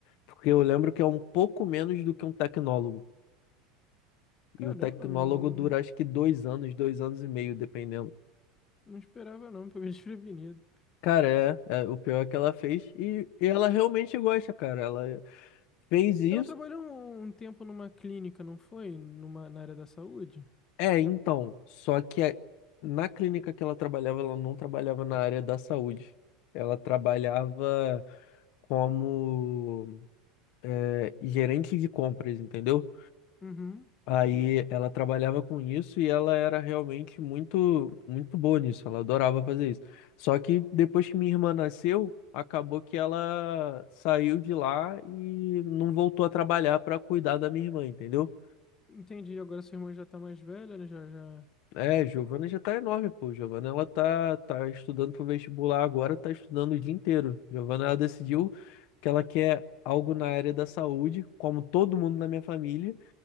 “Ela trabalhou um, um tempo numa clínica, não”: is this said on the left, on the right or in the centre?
Left